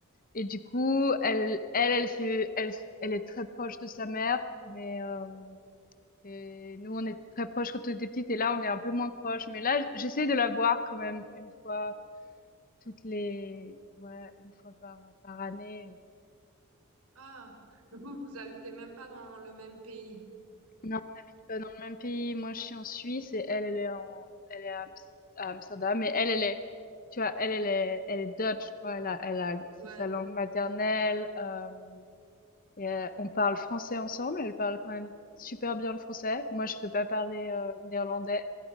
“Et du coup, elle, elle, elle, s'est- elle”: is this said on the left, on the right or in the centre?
Left